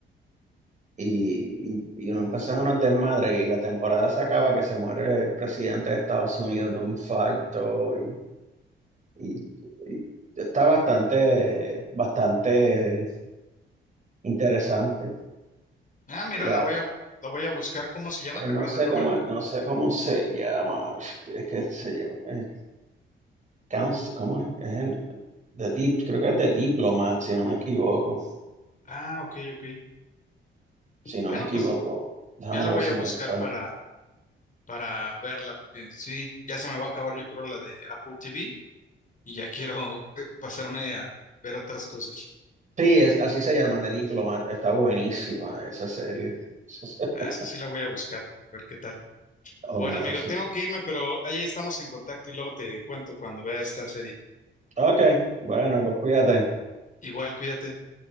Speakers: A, on the right; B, on the left.
A: y, y, y uno empezaron unos desmadres y la temporada se acaba que se muere el presidente de Estados Unidos de un infarto y, y- y está bastante, bastante interesante.
B: Ah, mira,
A: Y la,
B: la voy a, la voy a buscar. ¿Cómo se llama?
A: pero
B: ¿Te
A: no
B: acuerdas
A: sé
B: del nombre?
A: cómo, no sé cómo se llama, es que se llama, eh, Counsel- ¿cómo es? Es el- The deep creo que es de Diplomat, si no me equivoco,
B: Ah, ok, ok.
A: si
B: Bueno,
A: no me equivoco.
B: pues
A: Déjame
B: ya la voy
A: ver si
B: a buscar
A: es esa.
B: para, para verla, porque sí, ya se me va a acabar yo creo la de Apple TV y ya quiero eh, pasarme a ver otras cosas.
A: Sí, es, así se llama, The Diplomat. Está buenísima esa serie. <laughs>
B: Ah, esa sí la voy a buscar, a ver qué tal.
A: Oh,
B: Bueno, amigo,
A: sí.
B: tengo que irme, pero ahí estamos en contacto y luego te cuento cuando vea esta serie.
A: Ok, bueno, pues cuídate.
B: Igual, cuídate.